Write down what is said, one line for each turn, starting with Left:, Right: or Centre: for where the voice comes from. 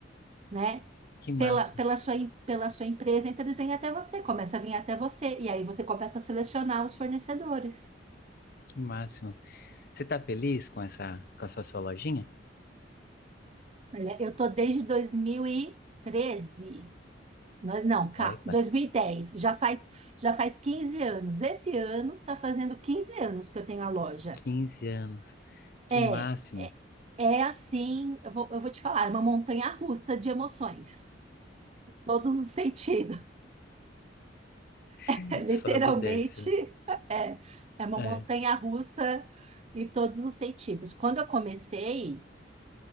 Right: né?
Left: Que máximo,
Right: Pela, pela sua, em- pela sua empresa, então eles vêm até você, começa a vir até você, e aí você começa a selecionar os fornecedores.
Left: que máximo. Você tá feliz com essa, com a sua, sua lojinha?
Right: Olha, eu tô desde 2013. Não, não, ca-
Left: Olha, passei
Right: 2010, já faz, já faz 15 anos. Esse ano está fazendo 15 anos que eu tenho a loja.
Left: 15 anos, que
Right: É,
Left: máximo.
Right: é, é assim, eu vou, eu vou te falar, é uma montanha russa de emoções, todos os sentidos. <laughs> É,
Left: <laughs>
Right: literalmente,
Left: Sobe e desce, né?
Right: é, é uma
Left: É.
Right: montanha russa em todos os sentidos. Quando eu comecei,